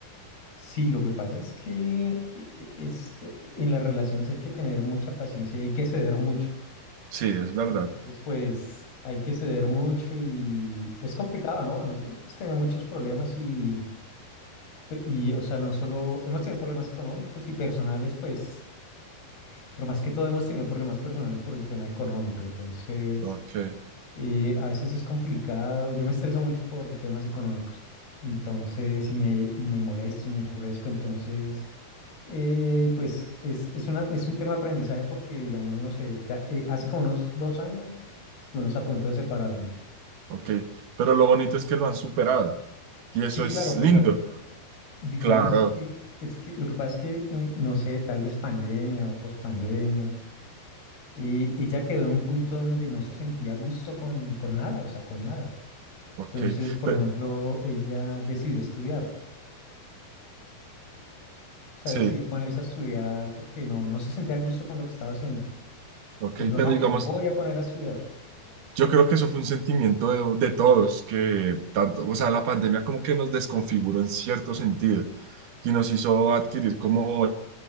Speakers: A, on the left; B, on the right.
A: Sí, lo que pasa es que e- e- es, e- en las relaciones hay que tener mucha paciencia y hay que ceder mucho.
B: Sí, es verdad.
A: Entonces, pues hay que ceder mucho y es complicado, ¿no? Nosotros pues, tenemos muchos problemas y, pe- y, o sea, no solo hemos tenido problemas económicos y personales, pues, pero más que todo hemos tenido problemas personales por el tema económico. Entonces,
B: Ok.
A: eh, a veces es complicado. Yo me estreso mucho por temas económicos. Entonces, y me, y me molesto y me enfurezco. Entonces... Eh, pues es, es, una, es un tema de aprendizaje porque, digamos, no sé, ca- eh, hace como unos dos años estuvimos a punto de separarnos.
B: Ok. Pero lo bonito es que lo han superado. Y
A: Sí,
B: eso es
A: claro, pues
B: lindo.
A: ahorita. Digamos,
B: Claro.
A: es que, es que lo que pasa es que, eh, no sé, tal vez pandemia o pospandemia, y ella quedó en un punto donde no se sentía a gusto con, con nada, o sea, con nada.
B: Ok.
A: Entonces, por
B: Pe-
A: ejemplo, ella decidió estudiar, o sea,
B: sí.
A: decidió ponerse a estudiar porque no, no se sentía a gusto con lo que estaba haciendo.
B: Ok.
A: Le dijo,
B: Pero
A: no,
B: digamos,
A: me voy a poner a estudiar.
B: yo creo que eso fue un sentimiento de, de todos, que tanto, o sea, la pandemia como que nos desconfiguró en cierto sentido y nos hizo adquirir como